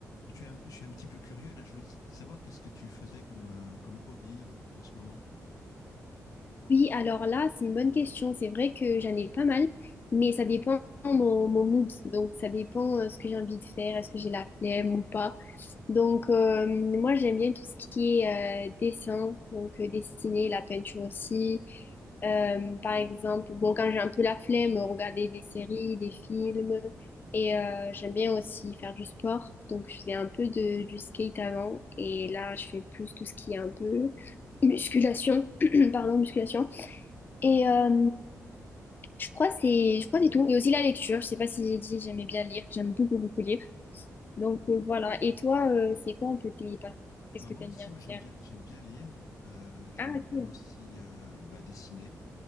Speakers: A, on the left; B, on the left.
A: Je suis, un, je suis un petit peu curieux là. Je voulais savoir qu'est-ce que tu faisais comme, euh, comme hobby en, en ce moment.
B: Oui, alors là, c'est une bonne question. C'est vrai que j'en ai pas mal, mais ça dépend mon, mon mood. Donc, ça dépend euh, ce que j'ai envie de faire, est-ce que j'ai la flemme ou pas. Donc, euh, moi, j'aime bien tout ce qui est euh, dessin, donc euh, dessiner, la peinture aussi. Euh, par exemple, bon, quand j'ai un peu la flemme, regarder des séries, des films. Et euh, j'aime bien aussi faire du sport. Donc, je faisais un peu de, du skate avant. Et là, je fais plus tout ce qui est un peu musculation. <clears throat> Pardon, musculation. Et euh, je crois c'est je crois que c'est tout. Et aussi la lecture. Je sais pas si j'ai dit j'aimais bien lire. J'aime beaucoup beaucoup lire. Donc euh, voilà. Et toi euh, c'est quoi un peu tes pas- qu'est-ce
A: Bah
B: que
A: moi
B: t'aimes
A: aussi,
B: bien
A: moi j'aime
B: faire?
A: bien, j'aime bien lire. Euh, j'aime
B: Ah ok.
A: bien aussi euh, bah, dessiner,